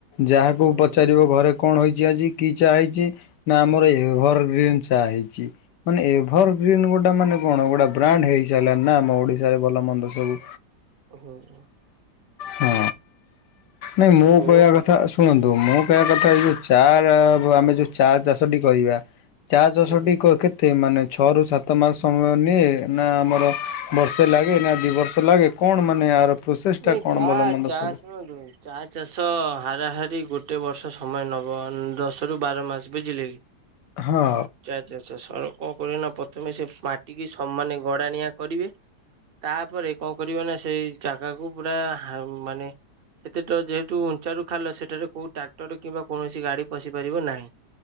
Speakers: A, on the left; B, on the right.
A: ଯାହାକୁ
B: ହୁଁ
A: ପଚାରିବ ଘରେ କଣ ହେଇଛି ଆଜି କି ଚାହା ହେଇଛି ନା ଆମର ଏ ଏଭର ଗ୍ରୀନ୍ ହେଇଛି ମାନେ ଏଭର ଗ୍ରୀନ୍ ଗୁଟେ ମାନେ କଣ ଗୁଟା ବ୍ରାଣ୍ଡ ହେଇସାରିଲା ନା ଆମ ଓଡିଶାରେ ଭଲ ମନ୍ଦ ସବୁ।
B: ହୁଁଁ।
A: ହଁ ନାଇଁ ମୁଁ
B: ହଉ
A: କହିବା କଥା ସ ଶୁଣନ୍ତୁ ମୋ କହିବା କଥା ଏଇ ଯେଉଁ ଚା ଆମେ ଯେଉଁ ଚା ଚାଷଟି କରିବା ଚା ଚାଷଟି
B: ହୁଁ
A: କ କେ ଏତେ ମାନେ ଛଅରୁ ସାତ ମାସ ସମୟ ନିଏ ନା ଆମର ବର୍ଷେ ଲାଗେ ନା ଦୁଇ ବର୍ଷ ଲାଗେ କଣ ମାନେ ଏହାର ପ୍ରୋସେସ୍ଟା
B: ନାଇଁ
A: କଣ
B: ଚା
A: ଭଲ ମନ୍ଦ
B: ଚା
A: ସବୁ?
B: ଶୁଣନ୍ତୁ ଚା ଚାଷ ହାରାହାରି ଗୋଟେ ବର୍ଷ ସମୟ ନେବ ଦଶରୁ ବାର ମାସ ବୁଝିଲେ କି।
A: ହଁ।
B: ଚା ଚାଷ ସ କଣ କରିବେନା ପ୍ରଥମେ ସେ ମାଟିକି ସମାନ ଗୁଡ଼ାନିଆ କରିବେ। ତାପରେ କଣ କରିବ ନା ସେଇ ଜାଗାକୁ ପୁରା ହା ମାନେ ସେତେତ ଯେହେତୁ ଉଞ୍ଚାରୁ ଖାଲ ସେଠାରେ କଉଁ ଟ୍ରାକ୍ଟର କିମ୍ବା କୌଣସି ଗାଡ଼ି ପଶିପାରିବ ନାହିଁ।